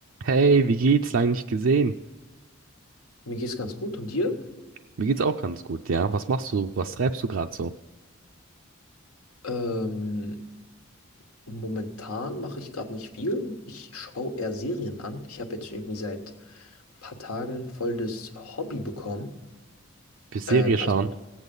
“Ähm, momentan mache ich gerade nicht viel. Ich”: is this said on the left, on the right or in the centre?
Left